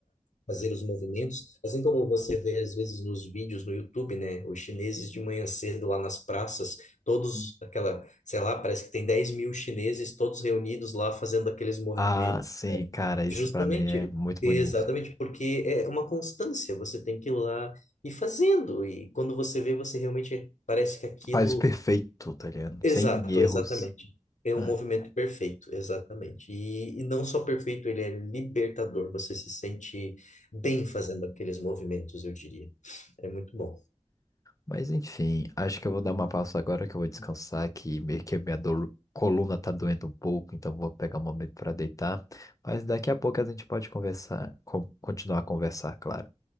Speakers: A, on the left; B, on the left.
A: fazer os movimentos. Assim como você vê às vezes nos vídeos no YouTube, né? Os chineses de manhã cedo lá nas praças, todos
B: Uhum.
A: aquela, sei lá, parece que tem 10 mil chineses todos reunidos lá fazendo aqueles movimentos.
B: Ah, sim, cara, isso
A: Justamente,
B: pra mim é muito
A: exatamente,
B: bonito.
A: porque é uma constância, você tem que ir lá e fazendo. E quando você vê, você realmente parece que aquilo
B: Faz perfeito, tá ligado?
A: Exato,
B: Sem erros.
A: exatamente. É
B: É.
A: um movimento perfeito, exatamente. E, e não só perfeito, ele é libertador. Você se sente bem fazendo aqueles movimentos, eu diria. É muito bom.
B: Mas enfim, acho que eu vou dar uma pausa agora que eu vou descansar, que meio que minha dor- coluna tá doendo um pouco, então vou pegar um momento pra deitar. Mas daqui a pouco a gente pode conversar, con- continuar a conversar, claro.